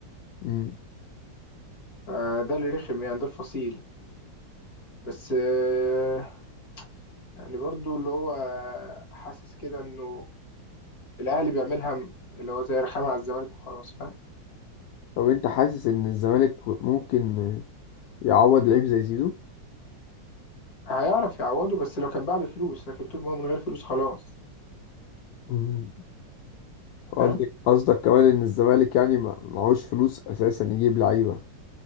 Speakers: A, on the left (about 70°); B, on the left (about 55°).
A: امم
B: فده اللي رخم يعني ده الفصيل بس آه، يعني برضو اللي هو حاسس كده انه الاهلي بيعملها م- اللي هو زي رخامه على الزمالك وخلاص فاهم
A: طب انت حاسس ان الزمالك ممكن يعوض لعيب زي زيزو
B: هيعرف يعوضه بس لو كان باع بفلوس لكن طول ما هو من غير فلوس خلاص
A: مم. قصدك
B: فاهم
A: قصدك كمان ان الزمالك يعني ما- معهوش فلوس اساسا يجيب لعيبه